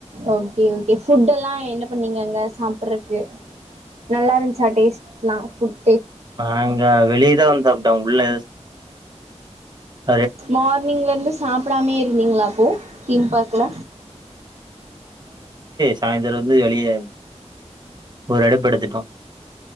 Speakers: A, on the right (about 60°); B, on the right (about 35°).
A: ஓகே ஓகே ஃபுட்டெல்லா என்ன பண்ணீங்க அங்க சாப்பிடடுறதுக்கு நல்லா இருந்துச்சா டேஸ்ட்லாம் புட்
B: நாங்க வெளியேதா வந்து சாப்ட்டா உள்ள அ
A: மார்னிங்ல இருந்து சாப்பிடாமே இருந்தீங்களாப்போ தீம் பார்கல
B: சாயந்தர வந்து வெளிய ஒரு <unintelligible> எடுத்துட்டோம்